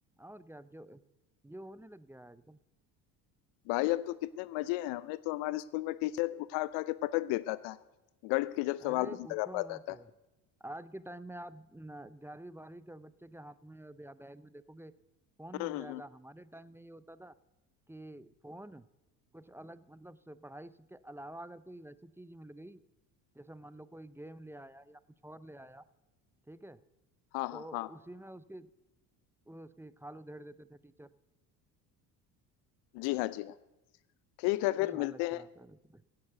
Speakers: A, in the centre; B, on the left (about 60°).
A: और क्या अब जो ये होने लग गया है आजकल
B: भाई अब तो कितने मजे हैं हमें तो हमारे स्कूल में टीचर उठा उठा के पटक देता था गणित के जब
A: अरे
B: सवाल नहीं
A: पूछो
B: लगा पाता
A: मत
B: था
A: आज के टाइम में आप ग्यारहवीं बारहवीं के बच्चे के हाथ में और या बैग में देखोगे फोन
B: हम्म
A: मिल
B: हम्म
A: जाएगा
B: हम्म,
A: हमारे टाइम में ये होता था कि फोन कुछ अलग मतलब से पढ़ाई से- के अलावा अगर कोई वैसी चीज मिल गई जैसे मान लो कोई गेम ले आया या कुछ और ले आया ठीक है
B: हाँ हाँ
A: तो
B: हाँ
A: उसी में उसकी उसकी खाल उधेड़ देते थे टीचर
B: जी हाँ जी हाँ ठीक है
A: बड़ी
B: फिर मिलते
A: हालत खराब
B: हैं
A: कर देते थे